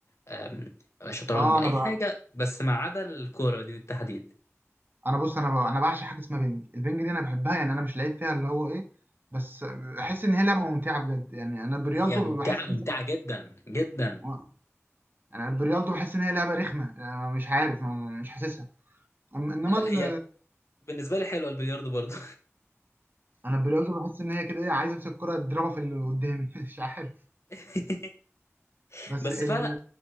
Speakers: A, on the left (about 60°); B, on the right (about 40°).
A: آم، شطرنج
B: اه
A: اي
B: انا بقى
A: حاجه بس ما عدا الكوره دي بالتحديد
B: انا بص انا بقى انا بعشق حاجه اسمها بينج البينج دي انا بحبها يعني انا مش لعيب فيها اللي هو ايه بس بحس ان هي لعبه ممتعه بجد يعني انا بريالدو
A: هي ممتعه
B: بحس
A: ممتعه
B: إن-
A: جدا جدا
B: آه، يعني انا بريالدو بحس ان هي لعبه رخمه يعني أنا مش عارف ما- مش حاسسها أم- انما
A: لا
B: ال-
A: هي بالنسبه لي حلوه البلياردو برضو
B: انا بريالدو بحس ان هي كده ايه عايز امسك الكره اضربها في اللي قدامي <laughs> مش عارف
A: <laughs>
B: بس
A: بس
B: ال...
A: فيها